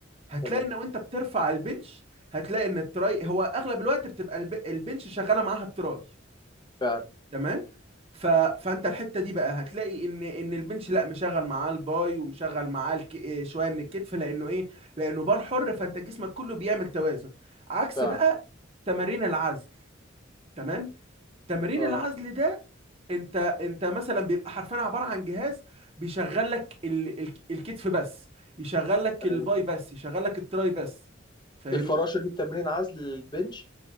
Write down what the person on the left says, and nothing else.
تمام
فعلا
فعلا
اه
أيوة.
الفراشة دي تمرين عزل للبنش